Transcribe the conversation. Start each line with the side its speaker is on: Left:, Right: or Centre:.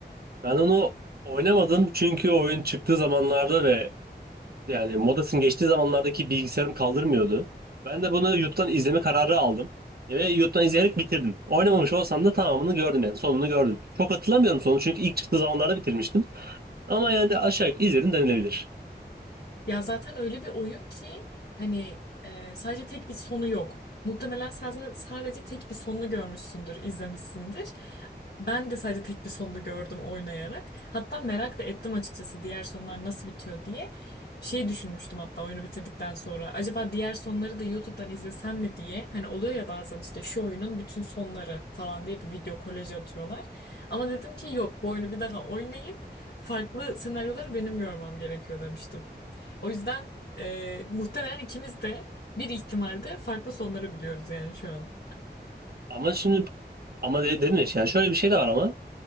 Right: Ben onu oynamadım çünkü oyun çıktığı zamanlarda ve yani modasının geçtiği zamanlardaki bilgisayarım kaldırmıyordu. Ben de bunu YouTube'dan izleme kararı aldım. Ve YouTube'dan izleyerek bitirdim. Oynamamış olsam da tamamını gördüm yani sonunu gördüm. Çok hatırlamıyorum sonu çünkü ilk çıktığı zamanlarda bitirmiştim. Ama yani de aşağı yukarı izledim denilebilir.
Left: Ya zaten öyle bir oyun ki hani e, sadece tek bir sonu yok. Muhtemelen sen za- sadece tek bir sonunu görmüşsündür, izlemişsindir. Ben de sadece tek bir sonunu gördüm oynayarak. Hatta merak da ettim açıkçası diğer sonlar nasıl bitiyor diye. Şey düşünmüştüm hatta oyunu bitirdikten sonra. Acaba diğer sonları da YouTube'dan izlesem mi diye. Hani oluyor ya bazen işte şu oyunun bütün sonları falan diye bir video kolajı atıyorlar. Ama dedim ki yok bu oyunu bir daha oynayıp farklı senaryoları benim görmem gerekiyor demiştim. O yüzden e, muhtemelen ikimiz de bir ihtimalde farklı sonları biliyoruz yani şu an.
Right: Ama şimdi ama de- dedim ya yani şöyle bir şey de var ama